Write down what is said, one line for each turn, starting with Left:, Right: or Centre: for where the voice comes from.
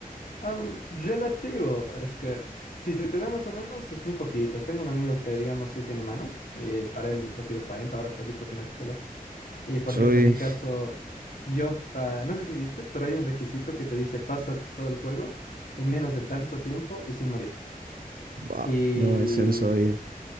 Left: Am, relativo, es que si se te da más o menos, es muy poquito. Tengo un amigo que, digamos, sí tiene manos, y para él ha sido 40 horas casi platinárselo. Y, por
Right: Soy...
Left: ejemplo, en mi caso, yo, pa- no sé si viste, pero hay un requisito que te dice, pasa todo el juego en menos de tanto tiempo y sin morir.
Right: Wow,
Left: Y
Right: no, eso no sabía.